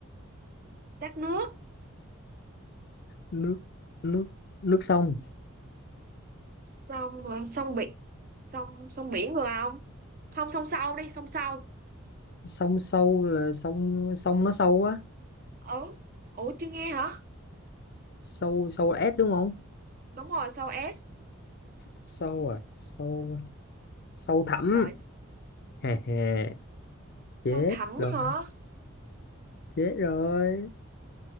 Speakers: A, on the right; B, on the left.
A: tát nước.
B: nước nước nước sông
A: sông ờ, sông biển. Sông, sông biển vừa không? Không, sông sâu đi, sông sâu.
B: sông sâu là sông sông nó sâu á
A: Ừ, ủa chưa nghe hả?
B: sâu sâu là S đúng không
A: Đúng rồi, sâu S.
B: sâu à sâu sâu thẳm
A: Trời,
B: hè hè chết
A: sâu thẳm
B: rồi
A: hả?
B: chết rồi